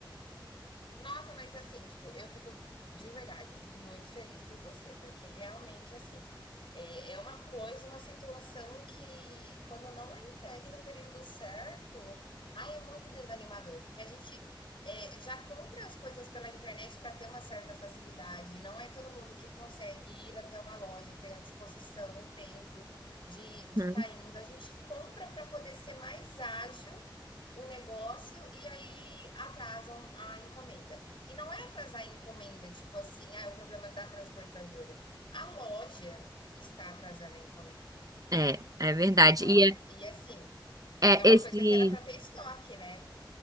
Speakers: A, on the left; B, on the right.
A: Nossa, mas assim, tipo, eu fico de verdade, eu fico muito feliz por você, porque realmente, assim, é, é uma coisa, uma situação que, quando não é entregue no período certo, ai, é muito desanimador, porque a gente é, já compra as coisas pela internet para ter uma certa facilidade, não é todo mundo que consegue ir até uma loja, ter a disposição, o tempo de estar
B: <laughs>
A: de tá indo. A gente compra para poder ser mais ágil o negócio e aí atrasam a encomenda. E não é atrasar a encomenda, tipo assim, ah, é o problema da transportadora. A loja está atrasando a encomenda.
B: É, é verdade.
A: Ah,
B: E é,
A: e assim,
B: é
A: é uma
B: esse.
A: coisa que era para ter estoque, né?